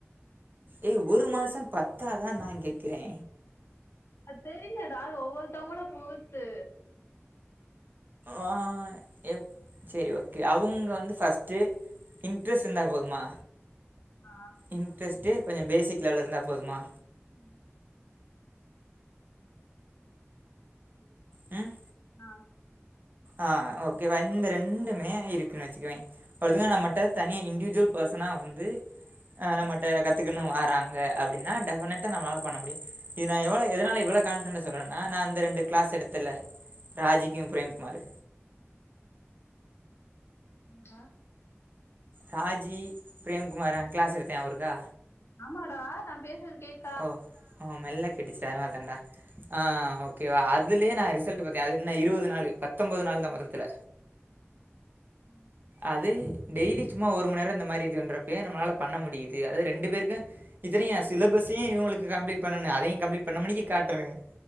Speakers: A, on the right; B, on the left.
A: ஏ ஒரு மாசோ பத்தாதா நா கேக்குறே
B: அத் தெரிலடா அது ஒவ்வொருத்தவங்கள பொருத்து
A: ஆ எவ் செரி ஓகே அவுங்க வந்து ஃபஸ்ட்டு இன்ட்ரெஸ் இந்தா போதுமா
B: ஆ
A: இன்ட்ரெஸ்ட்டு கொஞ்சோ பேசிக் லெவல்ல இருந்தா போதுமா
B: ம் ம்
A: ம்
B: ஆ
A: ஆ ஓகே ரண்டு ரெண்டுமே இருக்குனு வெச்சுக்குவே ஃபர்தரா நம்மட்ட தனியா இன்ட்யூஜ்வல் பேசனா வந்து ஆ நம்மகிட்ட கத்துக்கன்னு வாராங்க அப்டினா டெஃபனட்டா நம்மளால பண்ண முடியு இது நா எவ்வளோ எதனால இவ்வளோ கான்ஃப்டெண்டா சொல்றேன்னா நா இந்த ரெண்டு க்ளாஸ் எடுத்தல்ல ராஜிக்கு பிரேம் குமாரு
B: ம் ஆமாடா
A: ராஜி பிரேம்குமார கிளாஸ் எடுத்தே அவருக்கா
B: ஆமாடா நா பேசுறது கேக்
A: ஓ ஹா மெல்ல கேட்டுச்சுடா அதனால தான்டா ஆஹ் ஓ கேவா அதுலே நா ரிசல்ட் பார்த்தே அது என்ன இருபது நாளு பத்தொம்பது நாள்தா மொத்தத்துல
B: ம்
A: அது டெய்லி சும்மா ஒரு மண் நேரோ இந்த மாரி இது பண்றப்பவே நம்மளால பண்ண முடியுது அதாவது ரெண்டு பேருக்கு இத்தனையு எ சிலபஸ்ஸையு இவங்களுக்கு கம்ப்ளீட் பண்ணணு அதையு கம்ப்ளீட் பண்ண மேனுக்கி காட்டுறனுங்க